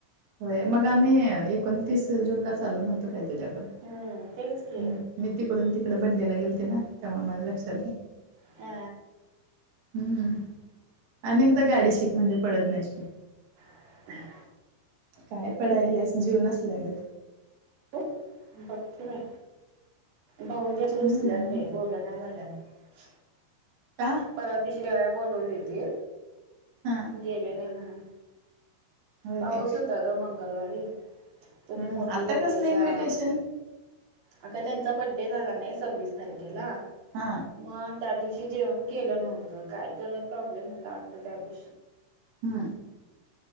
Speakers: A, on the right; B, on the right.
A: होय मग अ आम्ही एकोणतीस जूनला चाललो नव्हतो काय? तुझ्याकडे
B: हम्म तेच की
A: मी तिकडून तिकडं बड्डेला गेलते ना त्यामुळे माझ्या लक्षात आहे.
B: आ
A: हम्म अनेकदा गाडी शिक म्हणजे पडत नाहीस तू.
B: <unintelligible>
A: काय पडायलस जीव नसल्यागत.
B: तो कठीण आहे. भाऊजी रुसल्यात
A: हम्म
B: बाई बोल ना झाल्यात
A: का
B: परवा दिव <unintelligible> बोलवली ती
A: हा
B: गेले नाही म्हणून.
A: होय
B: पाऊस
A: काय
B: होता ग मंगळवारी. तुम्ही
A: हम्म
B: मोठी
A: आता
B: लोकं
A: कसलं
B: आहे
A: इन्व्हिटेशन
B: सा. अगं त्यांचा बड्डे झाला नाही सव्वीस तारखेला
A: हा.
B: मग त्या दिवशी जेवण केलं नव्हतं काय तर प्रॉब्लेम होता वाटतं त्या दिवशी.
A: हम्म